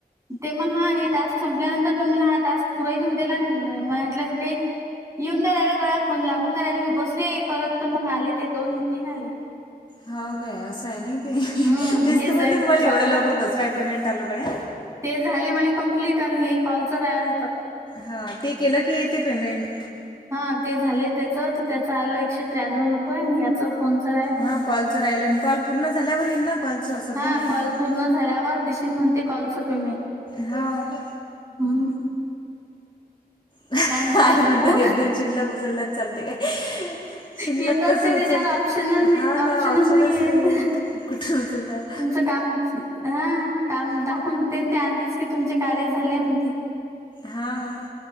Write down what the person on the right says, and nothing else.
ते मग हा हे टास्क संपल्यानंतर पण मी, हा टास्क पुरे होवू दिला आणि माझ्यातल हे काही. येऊन नाही राहायले गळ्या फोन लागून नाही राहिले, मी बसले करत तर मग आले ते दोन तीन आले.
हम्म
हेच
अगदर
ते झाले माय कप्लीट, आणि हे कॉलच राहालत.
हा ते झाले त्याचं तर त्याच आलं एकशे त्र्याण्णव रुपये आणि याचा फोन तर राहे.
हा
कॉल
पूर्ण झाल्यावर दिशील, म्हणते कॉलचं पेमेंट.
हम्म
काय म्हणतात काकू
येतच
नाही त्याच्यावर
ऑप्शनच नाही
नाही येत
तुमचं काम हा काम दाखवून ते, ते आधीच की तुमचे कार्य झाले म्हणते.